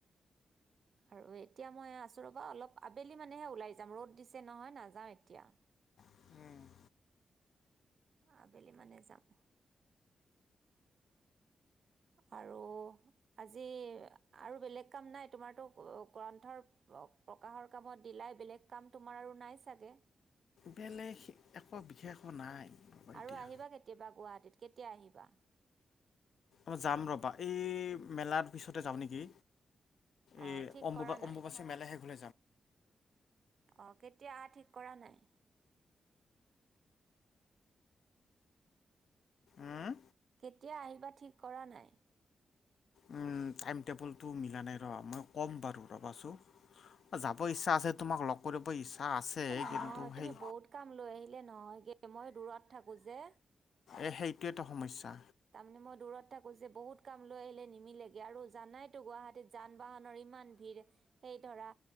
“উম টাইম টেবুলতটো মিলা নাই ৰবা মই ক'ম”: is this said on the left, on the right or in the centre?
Left